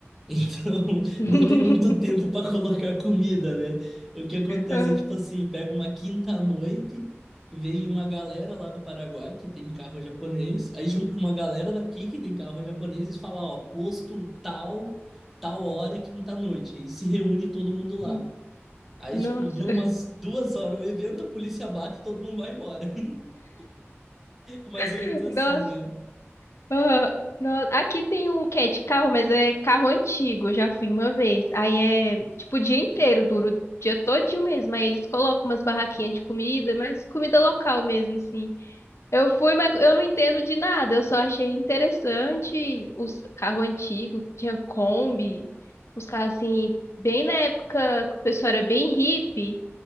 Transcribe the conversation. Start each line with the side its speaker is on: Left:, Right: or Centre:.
Centre: Então, <laughs>
Left: <laughs>
Centre: não tem muito tempo para colocar comida, né? O que acontece
Left: Ah,
Centre: é tipo assim, pega uma quinta-noite, vem uma galera lá do Paraguai que tem carro japonês, aí junto com uma galera daqui que tem carro japonês e fala, ó, posto tal, tal hora, quinta-noite, e se reúne todo mundo lá.
Left: hum,
Centre: Aí,
Left: Nossa,
Centre: tipo, dura umas duas horas o evento, a polícia bate e todo mundo vai embora. <laughs> Mais
Left: <laughs>
Centre: ou menos assim,
Left: nossa,
Centre: né?
Left: ah, nossa. Aqui tem um que é de carro, mas é carro antigo, eu já fui uma vez. Aí é, tipo, o dia inteiro, duro, o dia todinho mesmo. Aí eles colocam umas barraquinhas de comida, mas comida local mesmo, assim. Eu fui, mas eu não entendo de nada. Eu só achei interessante os carros antigos, tinha Kombi, uns carros assim, bem na época que o pessoal era bem hippie.